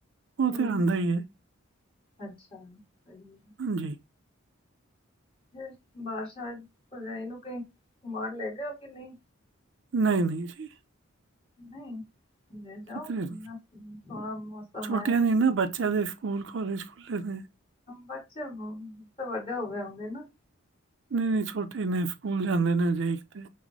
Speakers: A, on the right (about 55°); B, on the left (about 25°).
A: ਉਹ
B: ਹਮ
A: ਤੇ ਆਂਦਾ ਹੀ ਏ।
B: ਅੱਛਾ, ਸਹੀ ਏ।
A: ਜੀ,
B: ਫਿਰ ਬਾਰਸ਼ਾਂ ਚ ਭਰਜਾਈ ਨੂੰ ਕਈ ਘੁਮਾਣ ਲੈ ਗਏ ਹੋ ਕਿ ਨਹੀਂ।
A: ਨਹੀਂ -ਨਹੀਂ ਜੀ।
B: ਨਹੀਂ ਲੈ ਜਾਓ,
A: ਕਿਤੇ ਨਹੀਂ
B: ਐਨਾ ਸੋਹਣਾ ਮੌਸਮ
A: ਛੋਟੀਆਂ
B: ਐ।
A: ਨਹੀਂ ਨਾ ਬੱਚਿਆਂ ਦੇ ਸਕੂਲ, ਕੋਲਜ ਖੁੱਲ੍ਹੇ ਨੇ।
B: ਬੱਚੇ ਤੇ ਵੱਡੇ ਹੋਗੇਂ ਹੋਣੇ ਨਾ।
A: ਨਹੀਂ- ਨਹੀਂ ਛੋਟੇ ਨੇ, ਸਕੂਲ ਜਾਂਦੇ ਨੇ ਅਜੇ ਤਕ ਤੇ।